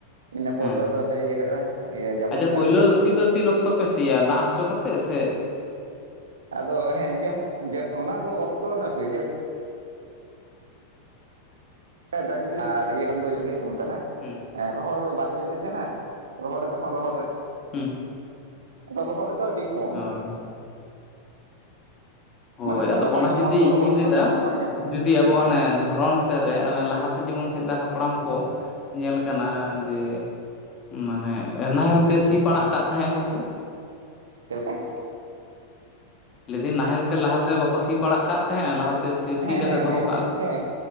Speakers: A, on the right; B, on the left.
A: ᱤᱱᱟᱹ ᱯᱚᱨ
B: ᱦᱮᱸ
A: ᱫᱚ ᱟᱫᱚᱞᱮ ᱤᱭᱟᱹ ᱠᱟᱫ-ᱟ ᱤᱭᱟᱹ ᱡᱟᱵᱚᱴ
B: ᱟᱪᱪᱷᱟ
A: ᱠᱟᱜᱼᱟ,
B: ᱯᱳᱭᱞᱳ ᱥᱤ ᱫᱚ ᱛᱤᱱ ᱚᱠᱛᱚ? ᱛᱚ ᱯᱮ ᱥᱤᱭᱟ ᱫᱟᱜ ᱦᱚᱪᱚ ᱠᱟᱛᱮᱜ ᱥᱮ
A: ᱟᱫᱚ ᱦᱮᱸ ᱡᱮᱢ ᱡᱮᱢᱚᱱ ᱚᱱᱟ ᱫᱚ ᱚᱠᱛᱚ ᱱᱟᱹᱯᱤᱛ, ᱪᱟ ᱫᱟᱜ ᱡᱩᱫᱤ ᱟᱨ ᱤᱭᱟᱹ ᱠᱷᱟᱱ ᱫᱚ ᱜᱮ ᱤᱭᱟᱹ ᱠᱚ ᱢᱮᱛᱟᱜᱼᱟ
B: ᱦᱩᱸ
A: ᱨᱚᱦᱚᱭ ᱚᱠᱛᱚ ᱡᱩᱫᱤ ᱛᱟᱦᱮᱸᱱᱟ ᱨᱚᱦᱚᱲ ᱨᱮ ᱛᱚᱠᱷᱚᱱ ᱨᱚᱦᱚᱲ ᱨᱮ ᱾
B: ᱦᱩᱸ,
A: ᱛᱚ ᱨᱚᱦᱚᱲ ᱨᱮ ᱫᱚ ᱟᱹᱰᱤ ᱠᱚᱢ
B: ᱦᱳᱭ,
A: ᱜᱮ
B: ᱦᱳᱭ
A: ᱢᱟᱱᱮ ᱥᱚᱢᱚᱭ
B: ᱟᱫᱚ
A: ᱵᱟᱝ
B: ᱚᱱᱟ
A: ᱧᱟᱢᱚᱜᱼᱟ
B: ᱡᱩᱫᱤ
A: ᱛᱚ
B: ᱤᱧᱤᱧ
A: ᱨᱚᱦᱚᱲ ᱨᱮᱫᱚ
B: ᱞᱟᱹᱭᱫᱟ
A: ᱥᱚᱢᱚᱭ ᱵᱟᱝ ᱧᱟᱢᱚᱜ ᱜᱮᱭᱟ
B: ᱡᱩᱫᱤ ᱟᱵᱚ
A: ᱦᱮᱸ
B: ᱚᱱᱮ ᱫᱷᱚᱨᱚᱱ <unintelligible> ᱨᱮ ᱞᱟᱦᱟᱛᱮ ᱡᱮᱢᱚᱱ ᱥᱮᱫᱟᱭ ᱦᱟᱯᱲᱟᱢ ᱠᱚ ᱧᱮᱞ ᱠᱟᱱᱟ ᱡᱮ ᱢᱟᱱᱮ ᱱᱟᱦᱮᱞ ᱛᱮ ᱥᱤ ᱯᱟᱲᱟᱜ ᱠᱟᱜ ᱛᱟᱦᱮᱸᱜ ᱠᱚ ᱥᱮ?
A: ᱪᱮᱞᱮᱠᱟ?
B: ᱞᱟᱹᱭᱫᱤᱧ ᱱᱟᱦᱮᱞ ᱛᱮ ᱞᱟᱦᱟ ᱛᱮ ᱵᱟᱠᱚ ᱥᱤ ᱯᱟᱲᱟᱜ ᱠᱟᱜ ᱛᱟᱦᱮᱸᱜ ᱟ ᱞᱟᱦᱟᱛᱮ ᱥᱤ
A: ᱦᱮᱸ
B: ᱠᱟᱛᱮᱜ
A: ᱦᱮᱸ
B: ᱫᱚᱦᱚ ᱠᱟᱜᱼᱟ ᱠᱚ
A: ᱦᱮᱸ